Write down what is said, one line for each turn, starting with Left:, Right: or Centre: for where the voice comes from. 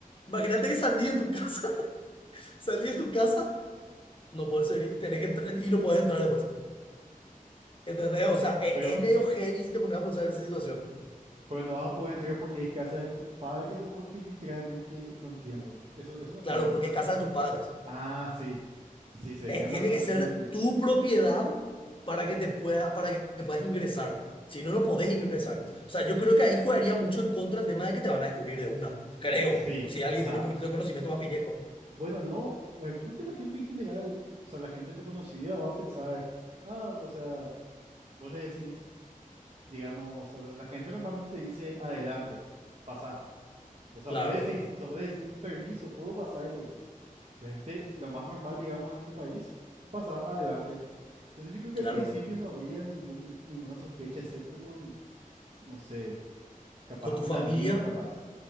Left: Imagínate que salí de tu casa, <laughs> salí de tu casa, no puedes ser, tenés que entrar y no puedes entrar después. ¿Entendés? O sea, e-
Right: pero,
Left: es medio heavy si te pones a pensar en esa situación.
Right: pero no vas a poder entrar porque es casa de tus padres o porque literalmente no entiendo. Eso, eso no entiendo
Left: Claro,
Right: bien.
Left: porque es casa de tus padres.
Right: Ah, sí, sí, sería
Left: Eh, tiene
Right: una situación,
Left: que ser tu propiedad para que te pueda, para que puedas ingresar. Si no, no podés ingresar. O sea, yo creo que ahí jugaría mucho en contra el tema de que te van a descubrir de una. Creo.
Right: sí,
Left: Si alguien
Right: o sea,
Left: tiene un poquitito de conocimiento vampiriesco.
Right: bueno, no, la- yo creo que la gente en general, o sea, la gente tu conocida va a pensar, ah, o sea, vos le decís, digamos, o sea, la gente normalmente te dice, adelante, pasa. O sea,
Left: Claro,
Right: vos le decís, o sea, vos le decís, permiso, puedo pasar, le decís. La gente, lo más normal, digamos, en nuestro país, pasa adelante. Entonces yo creo que
Left: claro.
Right: al principio no habría ningún, ninguna sospecha, excepto con, no sé, capaz
Left: ¿Y con
Right: con
Left: tu familia?
Right: amigos, capaz.